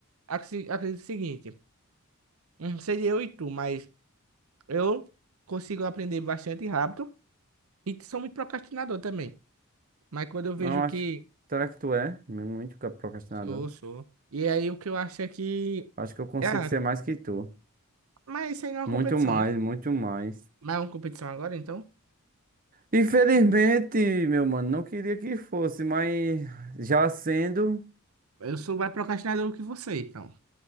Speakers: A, on the right (about 75°); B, on the right (about 40°).
A: Acre- Acredito o seguinte, hum, seria eu e tu, mas eu consigo aprender bastante rápido e sou muito procrastinador também. Mas quando eu vejo
B: Não,
A: que
B: acho, será que tu é muito procrastinador?
A: sou, sou. E aí o que eu acho é que
B: Acho que eu consigo
A: ah,
B: ser mais que tu.
A: mas isso aí não é
B: Muito
A: uma competição,
B: mais,
A: né?
B: muito mais.
A: Mas é uma competição agora, então.
B: Infelizmente, meu mano, não queria que fosse, mas já sendo,
A: Eu sou mais procrastinador que você, então.